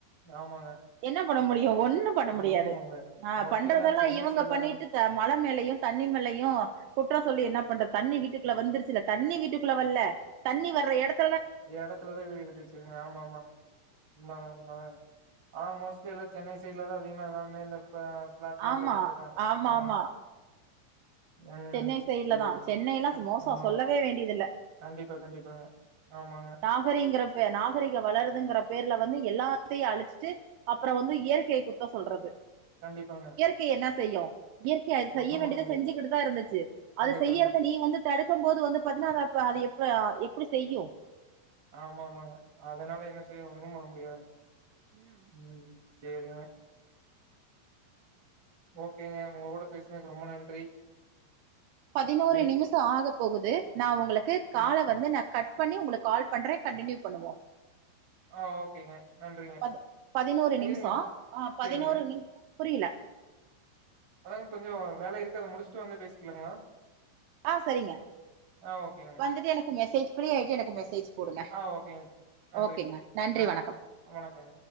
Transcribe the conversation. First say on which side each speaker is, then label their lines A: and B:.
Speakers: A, on the right (about 30°); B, on the right (about 80°).
A: ஆமாங்க.
B: என்ன பண்ண முடியு ஒண்ணு பண்ண முடியாது
A: ஒண்ணும் அங்க
B: ஆ
A: மோஸ்ட்லி
B: பண்றதெல்லா
A: எல்லா சென்னை
B: இவுங்க
A: சைட்ல
B: பண்ணிட்டு
A: தா
B: <unintelligible> மழ மேலையு தண்ணி மேலையு குற்ற சொல்லி என்ன பண்ற தண்ணி வீட்டுகுள்ள வந்துருச்சுல தண்ணி வீட்டுக்குள்ள வல்ல தண்ணி வர்ற எடத்த
A: எடத்துலதா வீடு கட்டி வச்சிருக்காங்க ஆமா ஆமாங்க உண்மதா உண்ம தாங்க ஆனா மோஸ்ட்லி எல்லா சென்னை சைட்ல தா அதிகமா எல்லாமே இந்த பிளாட்லா
B: ஆமா
A: கட்டிட்டு இருக்காங்க
B: ஆமா
A: ஆமாங்க
B: ஆமா
A: ம்
B: சென்னை சைடல
A: சேரி
B: தா சென்னை எல்லா மோச
A: உண்மதா
B: சொல்லவே வேண்டியது இல்ல
A: கண்டிப்பா கண்டிப்பாங்க ஆமாங்க
B: நாகரிங்க பே நாகரிக வளருதுங்கற பேருல வந்து எல்லாத்தையு அழிச்சுட்டு அப்ற வந்து இயற்கைய குத்த சொல்றது
A: கண்டிப்பாங்க
B: இயற்கை என்ன செய்யும் இயற்கையது செய்ய
A: ஒண்ணும்
B: வேண்டியத
A: பண்ண முடியாது
B: செஞ்சுக்கிட்டு தா இருந்துச்சு
A: கண்டிப்பாங்க
B: அது செய்றத நீ வந்து தடுக்கும் போது வந்து பாத்தீன்னா அத அப்ப அது எப்ப எப்டி செய்யு
A: ஆமா ஆமாங்க அதனால என்ன செய்ய ஒண்ணு பண்ண முடியாதுங்க
B: ம்
A: ம் செரிங்க ஓகேங்க உங்க கூட பேசுனதுக்கு ரொம்ப நன்றி
B: பதினோரு
A: மீ
B: நிமிஷ ஆக போகுது நா உங்களுக்கு கால
A: ஆ
B: வந்து நா கட் பண்ணி உங்களுக்கு கால் பண்ற கண்டடினியூ பண்ணுவோ
A: ஆ ஓகேங்க நன்றிங்க
B: பது பதினோரு நிமிஷ
A: இருங்க
B: ஆ பதினோரு
A: சேரிங்க
B: நி புரில
A: அதாங்க கொஞ்ச வேல இருக்கு அத முடிச்சுட்டு வந்து பேசிக்கலாங்களா
B: ஆ செரிங்க
A: ஆ ஓகேங்க
B: வந்துட்டு எனக்கு மெசேஜ் பிரீ ஆயிட்டு எனக்கு மெசேஜ் போடுங்க
A: ஆ ஓகேங்க நன்றிங்க
B: ஓகேங்க நன்றி
A: ஆ
B: வணக்கம்
A: வணக்கங்க